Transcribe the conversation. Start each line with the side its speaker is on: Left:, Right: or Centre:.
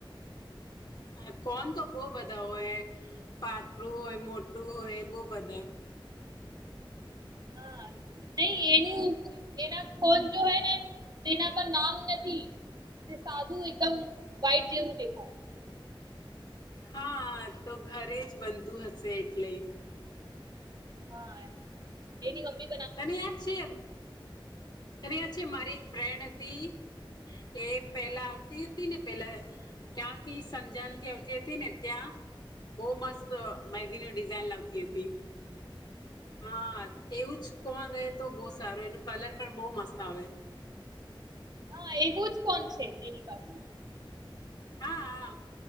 Left: આ કોન તો બો બધા હોય પાતળું હોય મોટું હોય બો બધા.
Right: હા, નહી એનું એના કોન જોહે ને તેના પર નામ નથી તે સાદું એકદમ વાઈટ જેવું દેખાય.
Left: હા, તો ઘરે જ બનતું હશે એટલે.
Right: હા, એની મમ્મી
Left: તને યાદ છે એમ. તને યાદ છે મારી એક ફ્રેન્ડ હતી એ પેલા આવતી હતી ને પેલા ત્યાંથી સંજનથી આવતી હતી ને ત્યાં બો મસ્ત મેહદીનું ડિઝઇન લાવતી હતી. હા, તેવું જ. કોન રે તો બો સારું એનું કલર પણ બો મસ્ત આવે.
Right: હા, એવું જ કોન છે તેની પાસે.
Left: હા આં